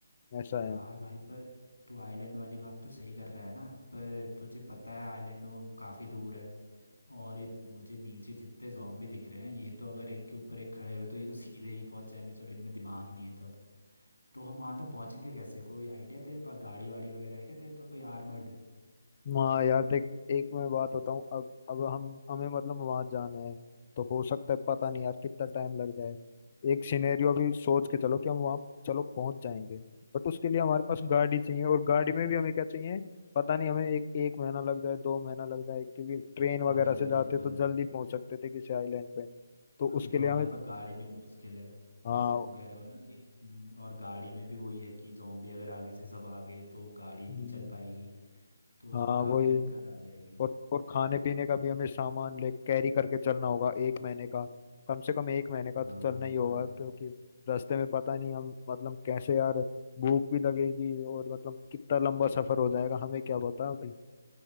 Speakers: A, on the left; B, on the left.
A: ऐसा
B: यार
A: है
B: भाई पर तू आइलैंड वाली बात तो सही कर रहा है ना पर तुझे पता है आइलैंड वो काफ़ी दूर है और ये मुझे नीचे जितने जॉम्बी दिख रहे हैं ये तो अगर एक के ऊपर एक खड़े हुए तो ये तो सीधे ही पहुंच जाएंगे चलो इनमें दिमाग नहीं है तब तो हम वहां तक पहुंचेंगे कैसे कोई आइडिया तेरे पास गाड़ी वाड़ी वगैरह है क्या तेरे पास कोई आर्मर्ड
A: हाँ यार देख एक मैं बात बताऊं अब अब हम हमें मतलब वहां जाना है तो हो सकता है पता नहीं यार कितना टाइम लग जाए एक सिनेरियो भी सोच के चलो कि हम वहां चलो पहुंच जाएंगे बट उसके लिए हमारे पास गाड़ी चाहिए और गाड़ी में भी हमें क्या चाहिए पता नहीं हमें एक एक महीना लग जाए दो महीना लग जाए क्योंकि ट्रेन
B: हाँ
A: वगैरह
B: यार
A: से जाते
B: ये तो
A: तो
B: है
A: जल्दी पहुंच सकते थे किसी आइलैंड पे तो
B: अभी
A: उसके
B: तो
A: लिए
B: हमारे
A: हमें
B: पास गाड़ी भी मुश्किल है
A: हाँ
B: जैसे तुम कह रहे हो ना कि हम्म, और गाड़ी में भी वही है कि जॉम्बी अगर आगे से सब आ गए तो गाड़ी
A: हम्म,
B: नहीं चल पाएगी तो इसमें
A: हाँ
B: काफ़ी
A: वही
B: दिक्कत आ जाएगी
A: और और खाने पीने का भी हमें सामान ले कैरी करके चलना होगा एक महीने का कम से कम एक महीने
B: हाँ
A: का तो चलना
B: ये
A: ही होगा
B: तो है
A: क्योंकि रास्ते में पता नहीं हम मतलब कैसे यार भूख भी लगेगी और मतलब कितना लंबा सफर हो जाएगा हमें क्या पता अभी